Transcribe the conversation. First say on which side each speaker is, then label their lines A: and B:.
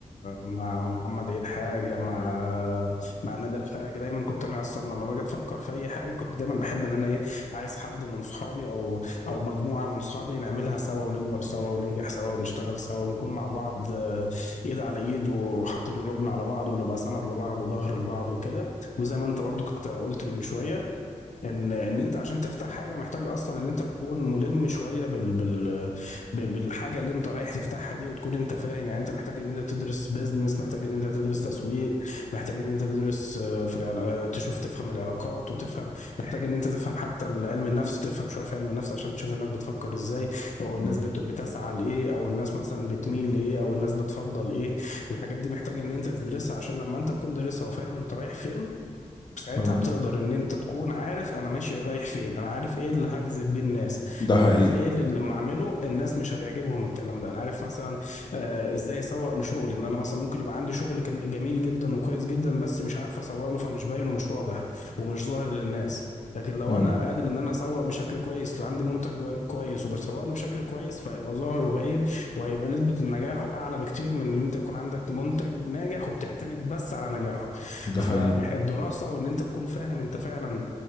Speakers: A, on the left (about 60°); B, on the left (about 35°).
A: مع محمد عيد حاجه مع مع نادر حاجه دايما كنت انا اصلا لما باجي افكر في اي حاجه كنت دايما بحب ان انا ايه عايز حد من صحابي او او مجموعه من صحابي نعملها سوا ونكبر سوا وننجح سوا ونشتغل سوا ونكون مع بعض آه، ايد على ايد وحاطين قلوبنا على بعض ونبقى سند لبعض وظهر لبعض وكده وزي ما انت برضو كنت قلت من شويه ان ان انت عشان تفتح حاجه محتاج اصلا ان انت تكون ملم شويه بال بال ب- بالحاجه اللي انت رايح تفتحها دي وتكون انت فاهم يعني انت محتاج ان انت تدرس بيزنس محتاج ان انت تدرس تسويق محتاج ان انت تدرس آه، في العلا- آه، تشوف تفهم العلاقات وتفهم محتاج ان انت تفهم حتى علم النفس تفهم شويه في علم النفس عشان تشوف الناس بتفكر ازاي او الناس
B: مم.
A: بت- بتسعى لايه او الناس مثلا بتميل لايه او الناس بتفضل ايه الحاجات دي محتاج ان انت تدرسها عشان لما انت تكون دارسها وفاهم انت رايح فين ساعتها
B: اه
A: بتقدر ان انت تكون عارف انا ماشي رايح فين انا عارف ايه اللي هجذب بيه الناس
B: ده حقيقي
A: انا عارف ايه اللي لما اعمله الناس مش هتعجبهم الكلام ده انا عارف مثلا آه ازاي اسوق لشغلي ان انا مثلا ممكن يبقى عندي شغل كم- جميل جدا وكويس جدا بس مش عارف اسوق له فمش باين ومش واضح ومش ظاهر للناس لكن لو
B: اه
A: انا قادر ان انا اسوق بشكل كويس لو عندي منتج جوي- كويس وبسوق له بشكل كويس فهيبقى ظاهر وباين وهيبقى نسبة نجاحه أعلى بكتير من إن أنت يكون عندك منتج ناجح وبتعتمد بس على نجاحه
B: ده
A: فالدراسة
B: حقيقي
A: وإن أنت تكون فاهم أنت فعلا